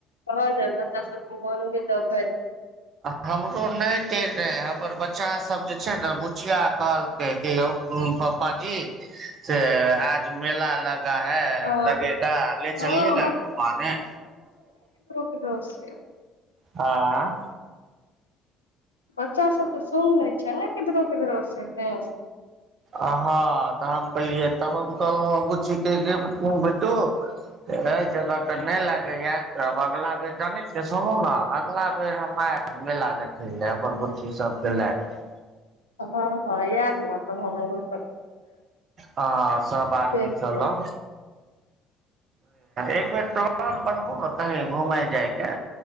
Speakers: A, on the left; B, on the right.
A: कहल जाय बच्चा सबक मन भी त
B: हमरो नैय टेर रहे हमर बच्चा सब जे छै ने कीया कहलकै क यौ पपा जी से आज मेला लग ला है
A: ओ
B: लगेगा ले
A: हँ
B: चलिएगा घुमाने
A: स
B: हँ
A: बच्चा सब तऽ सुन लै छै ने किधरो किधरो छै ते
B: आ हँ तऽ हम कहलियै तब हम कहलहुी बुचि के जे बुत्तु एहि जगह तऽ नहि लगेय अब अगला बेर जानैत छियै सुनू ने अगला बेर हम मेला देखै ले अपन बुच्ची सबके लेए के
A: हँ हँ याद ने त हमरो
B: हँ सब आदमी
A: ह
B: चलब एक बेर प्लान बनबू ने कही घुमेय जायके